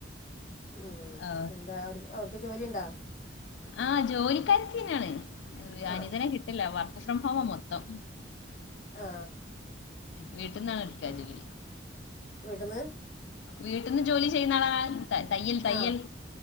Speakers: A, on the left; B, on the left.
A: ഉ
B: ആ
A: എന്താ അവർക്ക് അവർക്ക് ജോലി ഉണ്ടാ
B: ആഹ ജോലിക്കാ ത തന്നെയാണ്
A: ആ
B: അനിതനെ കിട്ടില്ല വർ സം്രംഭവം മൊത്തം
A: ആ
B: വീട്ട്ന്നാണ് എടുക്കാ ജോലി
A: വീട്ടിൽ നിന്ന്
B: വീട്ടിന്ന് ജോലി ചെയ്യുന്ന ആളാ ത തയ്യൽ തയ്യൽ
A: ആ